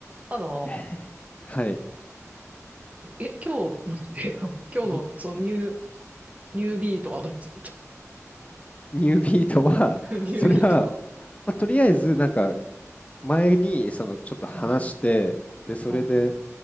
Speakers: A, on the right (about 25°); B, on the left (about 25°).
A: ただ、
B: <laughs> はい。
A: え、今日、なんていうの、今日の、
B: <laughs>
A: その、ニュー、ニュービートはどうだっ
B: ニュービートは、
A: た <laughs> ニュービートは。
B: それは、まあ、とりあえず、なんか、前に、その、ちょっと話して、
A: うん。
B: で、それで、
A: ああ、